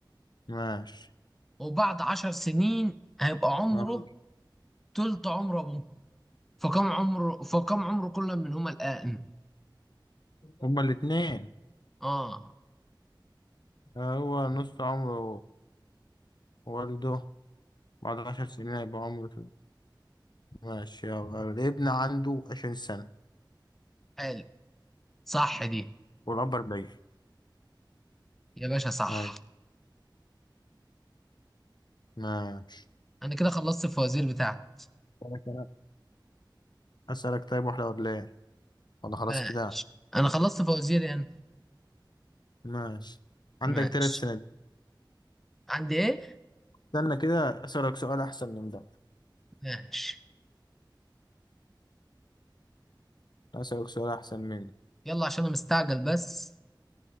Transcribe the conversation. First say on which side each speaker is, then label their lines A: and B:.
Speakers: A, on the left; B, in the centre.
A: ماشي
B: وبعد عشر سنين هيبقى عمره
A: آه.
B: تلت عمر أبوه فكم عمره فكم عمر كل منهما الآن
A: هما الاتنين
B: آه
A: آه، هو نص عمره والده بعد عشر سنين هيبقى عمره ماشي يلا الابن عنده 20 سنة
B: حلو صح دي
A: والأب 40
B: يا باشا صح
A: أيوة ماشي
B: أنا كده خلصت الفوازير بتاعتي
A: أسألك أنا أسألك طيب واحدة ولا إيه؟ ولا خلاص
B: ماشي
A: كده
B: أنا خلصت فوازير يعني
A: ماشي عندك
B: ماشي
A: تلات سنين
B: عندي إيه؟
A: استنى كده أسألك سؤال أحسن من ده
B: ماشي
A: أسألك سؤال أحسن منه
B: يلا عشان أنا مستعجل بس